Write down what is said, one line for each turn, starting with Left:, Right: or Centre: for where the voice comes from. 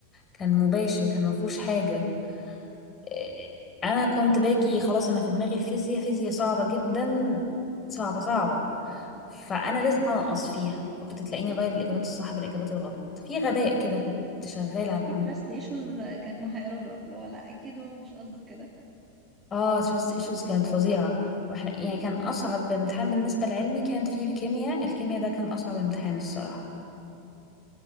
Left: كان مباشر كان مفهوش حاجة إيه، أنا كنت باجي خلاص أنا في دماغي الفيزياء فيزياء صعبة جدا صعبة صعبة فأنا لازم أنقص فيها فكنت تلاقيني أغير الإجابات الصح بالإجابات الغلط في غباء كده كنت شغالة
Right: لا اكيد
Left: بعمله
Right: تراست ايشوز كانت محيرانا اللي هو لا اكيد هو مش قصده كده
Left: اه تراست ايشوز كانت فظيعة واحنا يعني كان أصعب امتحان بالنسبة لعلمي كان فيه الكيمياء الكيمياء ده كان أصعب امتحان الصراحة